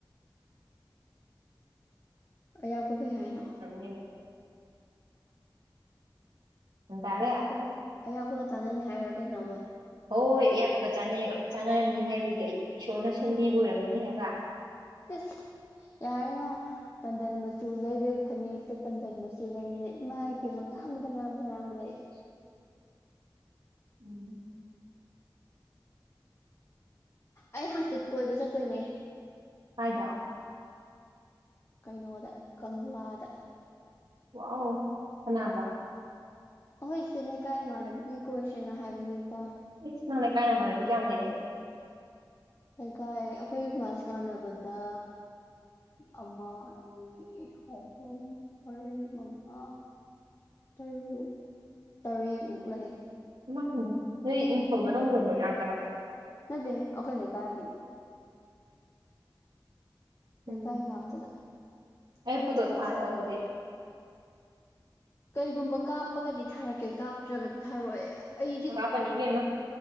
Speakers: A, on the left; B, on the right.
A: ꯑꯌꯥꯛꯄ ꯀꯩ ꯍꯥꯏꯅꯣ꯫
B: <unintelligible> ꯒ꯭ꯌꯥꯟ ꯇꯥꯔꯦ
A: ꯑꯌꯥꯛꯄꯒ ꯑꯌꯥꯛꯄꯒ ꯆꯥꯟꯅꯅꯤ ꯍꯥꯏꯔ ꯀꯩꯅꯣꯕ꯫
B: ꯍꯣꯏ ꯑꯌꯥꯛꯄꯒ ꯆꯥꯅꯩ ꯆꯥꯅꯔꯅꯤ ꯍꯥꯏꯕꯒꯤ ꯏꯁꯣꯔꯅ ꯁꯤꯟꯕꯤꯕ ꯑꯣꯏꯔꯝꯃꯅꯤ ꯍꯥꯏꯕ꯫
A: ꯏꯁ ꯌꯥꯔꯦꯉꯣ꯫ ꯇꯟꯗꯟ ꯃꯆꯨ ꯂꯩꯕꯩ ꯐꯅꯦꯛꯇ ꯇꯟꯗꯟ ꯃꯆꯨ ꯂꯩꯌꯦꯅ ꯏꯃꯥ ꯏꯄꯦꯝꯃ ꯉꯥꯡꯕꯗ ꯉꯥꯡꯕꯗ ꯉꯥꯡꯕꯗ ꯑꯩ꯫
B: <inaudible> ꯎꯝ꯫
A: ꯑꯩ ꯍꯪꯆꯤꯠ ꯀꯣꯏꯕ ꯆꯠꯇꯣꯏꯅꯦ꯫
B: ꯀꯥꯏꯗ꯫
A: ꯀꯩꯅꯣꯗ ꯀꯪꯂꯥꯗ꯫
B: ꯋꯥꯎ ꯀꯅꯥꯒ꯫
A: ꯑꯩꯍꯣꯏ ꯁꯤ ꯂꯩꯀꯥꯏ ꯏꯃꯥꯟꯅꯕꯤꯅꯉꯩ ꯀꯣꯏꯁꯦꯅ ꯍꯥꯏꯕꯅꯤꯗ꯫
B: ꯏꯁ ꯅꯪ ꯂꯩꯀꯥꯏ ꯅꯃꯥꯅꯕꯤ ꯀꯌꯥꯝ ꯂꯩꯒꯦ꯫
A: ꯂꯩꯀꯥꯏ ꯑꯩꯈꯣꯏ ꯀ꯭ꯂꯥꯁ ꯃꯥꯟꯅꯕꯗ ꯑꯃ ꯑꯅꯤ꯫ ꯃꯍꯨꯝ ꯃꯔꯤ ꯃꯉꯥ꯫ ꯇꯔꯨꯛ ꯇꯔꯦꯠꯃꯨꯛ ꯂꯩ꯫
B: ꯏꯃꯥꯏꯄꯦꯃ ꯅꯣꯏ ꯏꯪꯈꯣꯜ ꯃꯅꯨꯡꯒꯨꯝꯕꯩ ꯉꯥꯛꯇꯔꯣ꯫
A: ꯅꯠꯇꯦꯍꯦ ꯑꯩꯈꯣꯏ ꯂꯩꯀꯥꯏꯒꯤꯅꯤ꯫ ꯂꯩꯀꯥꯏ
B: ꯎꯝ
A: ꯉꯥꯛꯇꯗ
B: ꯑꯩ
A: ꯑꯩꯒ
B: ꯐꯣꯇꯣ
A: ꯀ꯭ꯂꯥꯁ
B: ꯊꯥꯔꯛꯑꯣ
A: ꯃꯥꯅꯕꯅꯦ
B: ꯑꯗꯨꯗꯤ
A: ꯀꯩꯒꯨꯝꯕ ꯀꯥꯞꯄꯒꯗꯤ ꯊꯥꯔꯛꯀꯦ ꯀꯥꯞꯇ꯭ꯔꯒꯗꯤ ꯊꯥꯔꯛꯑꯣꯏ ꯑꯩꯗꯤ
B: ꯄꯅꯤ ꯏꯕꯦꯃ꯫